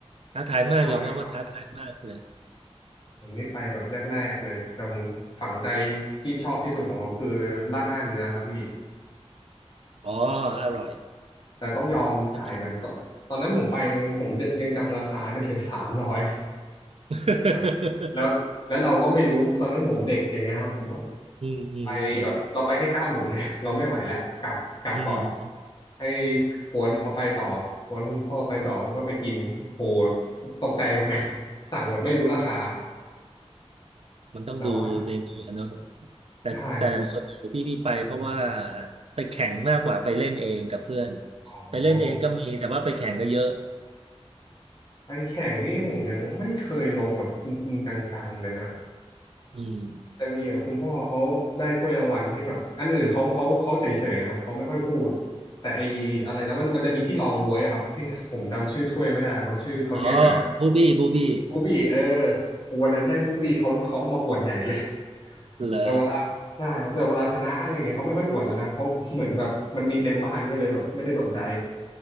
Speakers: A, on the right; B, on the left.
A: ท้าทายมากยอมรับว่าท้าทายมากเลย
B: ใช่ครับผมนี่ไปแบบแรกๆเลยแต่ผมฝังใจที่ชอบที่สุดของเขาคือราดหน้าเนื้อครับพี่
A: อ๋ออร่อย
B: แต่ต้องยอมจ่ายหนะตอนตอนนั้นผมไปมันผมยังจำราคาได้เลยสามร้อย
A: ที่จะกิน <laughs>
B: แต่แบบแล้วแล้วเราก็ไม่รู้ตอนนั้นผมเด็กอย่างเงี้ยครับผมว่า
A: อืมอืมอืม
B: ไปแบบเราไปแค่เก้าหลุมไงเราไม่ไหวแหละกลับกลับก่อน
A: อืม
B: ให้กวนเขาไปต่อกวนคุณพ่อไปต่อผมก็ไปกินโหตกใจเหมือนกัน <laughs> สั่งแบบไม่รู้ราคา
A: มันต้องดูเมนูอะเนาะ
B: แต่ว่า
A: แต่แต่ส่วนใหญ่ที่พี่ไปเพราะว่า
B: ใช่ครับ
A: ไปแข่งมากกว่าไปเล่นเองกับเพื่อน
B: อ๋อ
A: ไปเล่นเองก็มีแต่ว่าไปแข่งก็เยอะ
B: ไปแข่งนี่ผมยังไม่เคยลงแบบจริงๆจังๆเลยฮะ
A: อืม
B: แต่มีแบบคุณพ่อเขาได้ถ้วยรางวัลที่แบบอันอื่นเขาเขาเขาเฉยๆนะครับเขาไม่ค่อยพูดแต่ไออะไรนะมันมันจะมีที่รองบ๊วยอะครับที่ผมจำชื่อถ้วยไม่ได้แล้วเขาชื่อเขาเรียกกันนะ
A: อมอ๋อบูบี้บูบี้
B: บูบี้เออวันนั้นได้บูบี้เขาเขาเอามาอวดใหญ่เลย
A: เหรอ
B: แต่เวลาใช่ครับแต่เวลาชนะอะไรเงี้ยเขาไม่ค่อยอวดแล้วนะเพราะเหมือนแบบมันมีเต็มบ้านก็เลยแบบไม่ได้สนใจ